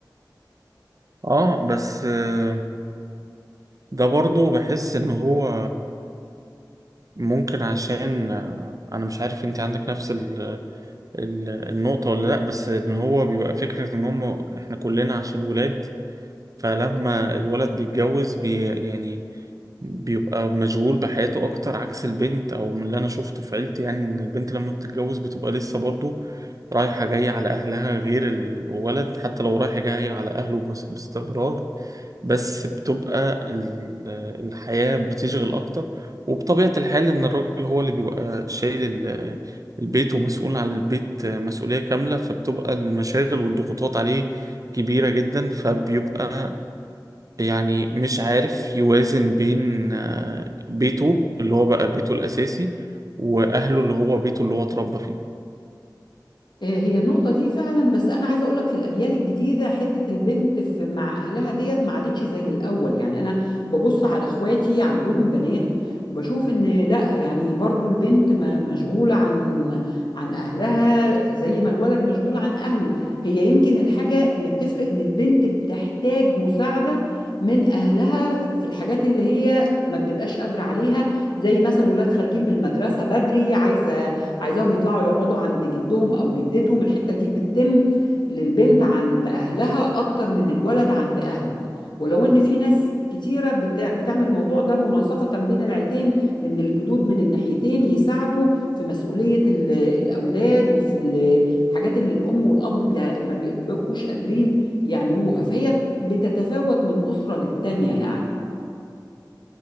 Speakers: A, on the right; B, on the left.
A: اه بس آه، ده برضو بحس ان هو ممكن عشان آه، انا مش عارف انت عندك نفس ال ال النقطة ولا لا بس ان هو بيبقى فكرة ان هم احنا كلنا عشان ولاد فلما الولد بيتجوز بي يعني بيبقى مشغول بحياته اكتر عكس البنت او من اللي انا شفته في عيلتي يعني ان البنت لما بتتجوز بتبقى لسه برضو رايحة جاية على اهلها غير الولد حتى لو رايحة جاية على اهله بس- باستمرار بس بتبقى ال- الحياة بتشغل اكتر وبطبيعة الحال ان الراجل هو اللي بيبقى شايل ال- البيت ومسؤول عن البيت مسؤولية كاملة فبتبقى المشاغل والضغوطات عليه كبيرة جدا فبيبقى يعني مش عارف يوازن بين آه، بيته اللي هو بقى بيته الأساسي وأهله اللي هو بيته اللي هو اتربى فيه
B: آه، هي النقطة دي فعلا بس أنا عايزة أقولك في الأجيال الجديدة حتة البنت في مع أهلها ديت ما عادتش زي الأول يعني أنا ببص على إخواتي عندهم بنات وبشوف إن لأ يعني برضو البنت م- مشغولة عن عن أهلها زي ما الولد مشغول عن أهله هي يمكن الحاجة اللي بتفرق إن البنت بتحتاج مساعدة من أهلها في الحاجات اللي هي ما بتبقاش قادرة عليها زي مثلا ولاد خارجين من المدرسة بدري عايزة عايزاهم يطلعوا يقعدوا عند جدهم او جدتهم الحته دي بتتم للبنت عند اهلها اكتر من الولد عند اهله ولو ان في ناس كتيره بتع- بتعمل الموضوع ده مناصفه بين العيلتين ان الجدود من الناحيتين يساعدوا في مسؤوليه ال- الاولاد وفي ال- الحاجات اللي الام والاب بيع- ما بيبقوش قادرين يعملوها فهي بتتفاوت من اسره للتانيه يعني